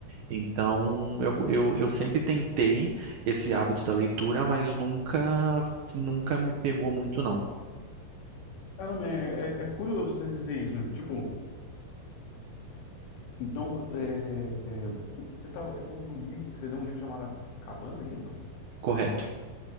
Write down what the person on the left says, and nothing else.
Caramba, é, é, é curioso você dizer isso. Tipo, então, é, é, você, tá, você falou do livro, que você leu um livro chamado A Cabana, é isso?